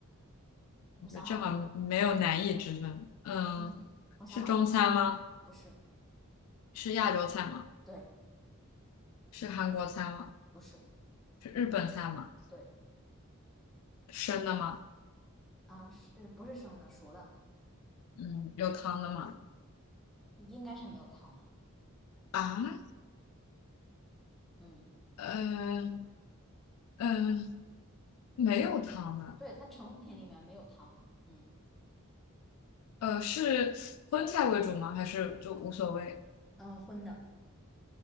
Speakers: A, in the centre; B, on the left (about 80°).
A: 我想好了。
B: 我觉得这好像没有难易之分。嗯，
A: 嗯嗯，我想好了。
B: 是中餐吗？
A: 不是，
B: 是亚洲菜吗？
A: 对，
B: 是韩国菜吗？
A: 不是，
B: 是日本菜吗？
A: 对，
B: 生的吗？
A: 啊，是不是生的？熟的，
B: 嗯，有汤的吗？
A: 应该是没有汤的。
B: 啊，
A: 嗯，
B: 嗯呃，嗯、没有汤的。
A: 对，对，它成品里面没有汤。嗯，
B: 呃，是荤菜为主吗？还是就无所谓？
A: 呃，荤的，